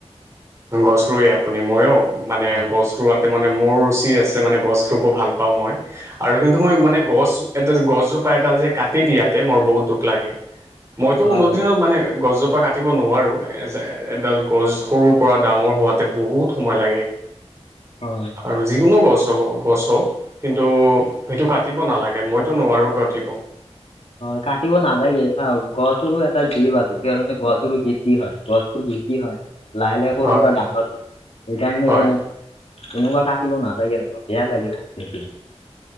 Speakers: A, on the right; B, on the left.
A: গছ ৰুৱে আপুনি, মইও মানে
B: হয়
A: গছ ৰোৱাত মানে মোৰ ৰুচি আছে মানে গছ ৰুব ভাল পাওঁ মই, আৰু কিন্তু মই মানে গছ এ গছোজো গছজোপা এডাল যে কাটি দিয়াতে মোৰ বহুত দুখ লাগে। মইতো
B: হয়
A: কোনো দিনত মানে গছজোপা কাটিব নোৱাৰো। এ এডাল গছ সৰুৰ পৰা ডাঙৰ হোৱাতে বহুত সময় লাগে,
B: হয়।
A: আৰু যিকোনো গছ। গছ হওঁক কিন্তু সেইটো কাটিব নালাগে মইতো নোৱাৰোঁ কাতিব।
B: হয় কাটিব নালাগে, চাওঁক গছৰো এটা জীপ আছে সেইকাৰণে গছৰো বৃদ্ধি হয়। গছতো বৃদ্ধি হয়। লাহ লাহে সৰুৰ
A: হয়
B: পৰা ডাঙৰ হয় সেইকাৰণে
A: হয়
B: তেনেকোৱা কাটিব নালাগে এনেকুৱা, বেয়া লাগে বহুত তেতিয়া।